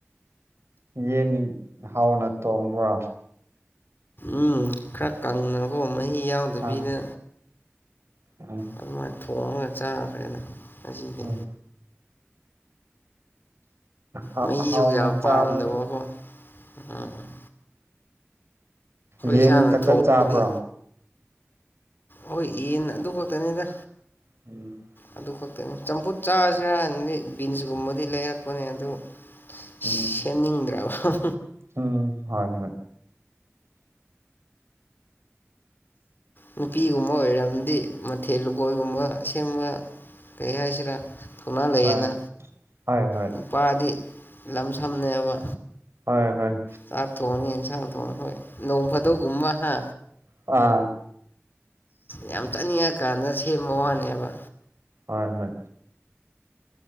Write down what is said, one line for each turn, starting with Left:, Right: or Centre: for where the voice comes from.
Right: ꯌꯦꯟ ꯍꯥꯎꯅ ꯊ‌ꯣꯡꯕ꯭ꯔꯥ
Left: ꯎꯝ ꯈꯔ ꯀꯪꯅꯀ‌ꯣ ꯃꯍꯤ ꯌꯥꯎꯗꯕꯤꯗ
Right: ꯑꯥ ꯑꯥ
Left: ꯑꯗꯨꯃꯥꯏꯟ ꯊꯣꯡꯉꯒ ꯆꯥꯈ꯭ꯔꯦꯅ ꯉꯁꯤꯗꯤ
Right: ꯎꯝ ꯍꯥꯎ
Left: ꯃꯍꯤꯖꯨ
Right: ꯍꯥꯎꯅ
Left: ꯀꯌꯥ ꯄꯥꯝꯗꯕꯀꯣ
Right: ꯆꯥꯕꯗꯣ
Left: ꯎꯝ ꯎꯝ
Right: ꯌꯦꯟ
Left: ꯏꯁꯥꯅ
Right: ꯈꯇꯥ
Left: ꯊꯣꯡꯕꯗꯤ
Right: ꯆꯥꯕ꯭ꯔ‌ꯣ
Left: ꯍꯣꯏ ꯌ‌ꯦꯟ ꯑꯗꯨ ꯈꯛꯇꯅꯤꯗ
Right: <unintelligible>
Left: ꯑꯗꯨ ꯈꯛꯇꯪ ꯆꯝꯐꯨꯠ ꯆꯥꯁꯤꯔ ꯍꯥꯏꯅꯗꯤ ꯕꯤꯟꯁ ꯀꯨꯝꯕꯗꯤ ꯂꯩꯔꯛꯄꯅꯦ ꯑꯗꯨ
Right: ꯎꯝ
Left: ꯁꯦꯝꯅꯤꯡꯗ꯭ꯔꯕꯥ
Right: ꯎꯝ ꯍꯣꯏ ꯍꯣꯏ
Left: ꯅꯨꯄꯤꯒꯨꯝꯕ ꯑꯣꯏꯔꯝꯗꯤ ꯃꯊꯦꯜ ꯂꯨꯀꯣꯏꯒꯨꯝꯕ ꯁꯦꯝꯕ ꯀꯩ ꯍꯥꯏꯁꯤꯔꯥ ꯊꯧꯅꯥ ꯂꯩꯌꯦꯅ
Right: ꯍꯣꯏ ꯍꯣꯏ ꯍꯣꯏ
Left: ꯅꯨꯄꯥꯗꯤ ꯂꯝ ꯁꯝꯅꯦꯕ
Right: ꯍꯣꯏ ꯍꯣꯏ
Left: ꯆꯥꯛ ꯊꯣꯡꯉꯤ ꯌꯦꯟꯁꯥꯡ ꯊꯣꯡꯉꯤ ꯍꯣꯏ ꯅꯣꯡ ꯐꯥꯗꯣꯛꯒꯨꯝꯃ ꯍ
Right: ꯑ
Left: ꯌꯥꯝ ꯆꯥꯅꯤꯡꯉꯛꯀꯥꯟꯗ ꯁꯦꯝꯕ ꯋꯥꯅꯦꯕ
Right: ꯍꯣꯏ ꯍꯣꯏ